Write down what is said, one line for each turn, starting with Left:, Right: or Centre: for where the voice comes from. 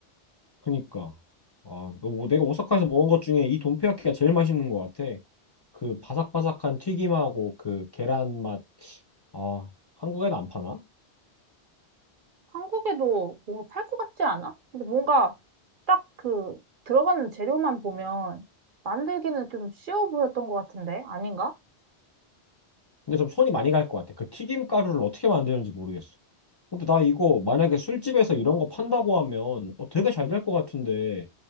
Left: 그니까. 아, 너, 뭐 내가 오사카에서 먹은 것 중에 이 돈페야끼가 제일 맛있는 것 같아. 그 바삭바삭한 튀김하고 그 계란 맛. 아, 한국에는 안 파나?
Right: 한국에도 뭔가 팔 것 같지 않아? 근데 뭔가 딱 그 들어가는 재료만 보면 만들기는 좀 쉬워 보였던 것 같은데 아닌가?
Left: 근데 좀 손이 많이 갈 것 같아. 그 튀김 가루를 어떻게 만드는지 모르겠어. 근데 나 이거 만약에 술집에서 이런 거 판다고 하면 어, 되게 잘 될 것 같은데